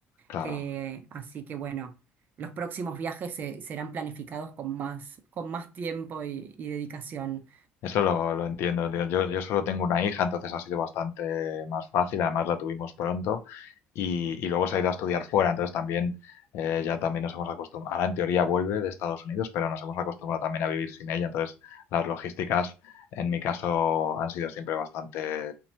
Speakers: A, on the left; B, on the right.
A: claro.
B: Eh, así que bueno, los próximos viajes se- serán planificados con más, con más tiempo y, y dedicación.
A: Eso lo, lo entiendo, tío. Yo, yo solo tengo una hija, entonces ha sido bastante más fácil. Además, la tuvimos pronto y, y luego se ha ido a estudiar fuera. Entonces, también eh, ya también nos hemos acostumbrado. Ahora, en teoría, vuelve de Estados Unidos, pero nos hemos acostumbrado también a vivir sin ella. Entonces, las logísticas, en mi caso, han sido siempre bastante